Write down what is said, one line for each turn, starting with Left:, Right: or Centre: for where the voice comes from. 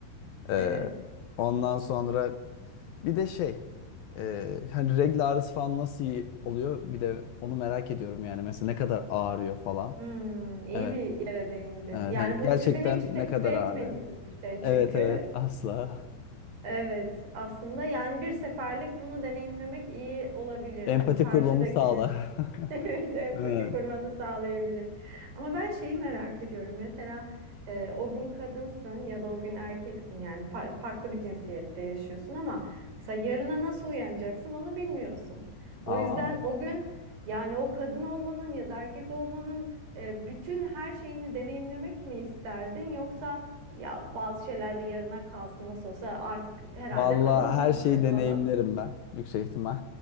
Left: Ee,
Right: Evet.
Left: ondan sonra bir de şey e, hani regl ağrısı falan nasıl iyi oluyor? Bir de onu merak ediyorum yani. Mesela ne kadar ağrıyor falan.
Right: Hmm, iyi
Left: Evet.
Right: bir yere değindin.
Left: Evet.
Right: Yani
Left: Hani
Right: bu
Left: gerçekten
Right: sizin hiç tecrübe
Left: ne kadar
Right: etmediğiniz
Left: ağrıyor.
Right: bir şey
Left: Evet
Right: çünkü.
Left: evet asla.
Right: Evet, aslında yani bir seferlik bunu deneyimlemek iyi olabilir.
Left: Empati
Right: Hani karşıdakini
Left: kurmamı sağlar.
Right: <laughs>
Left: <laughs>
Right: Evet, empati
Left: Evet.
Right: kurmanı sağlayabilir. Ama ben şeyi merak ediyorum. Mesela e, o gün kadınsın ya da o gün erkeksin yani fa- farklı bir cinsiyette yaşıyorsun ama mesela yarına nasıl uyanacaksın onu bilmiyorsun. O
Left: Aa,
Right: yüzden o gün yani o kadın olmanın ya da erkek olmanın e, bütün her şeyini deneyimlemek mi isterdin yoksa ya bazı şeyler de yarına kalsın nasıl olsa artık herhalde
Left: vallahi
Right: kadın
Left: her
Right: olarak
Left: şeyi deneyimlerim
Right: falan.
Left: ben. Yüksek ihtimal.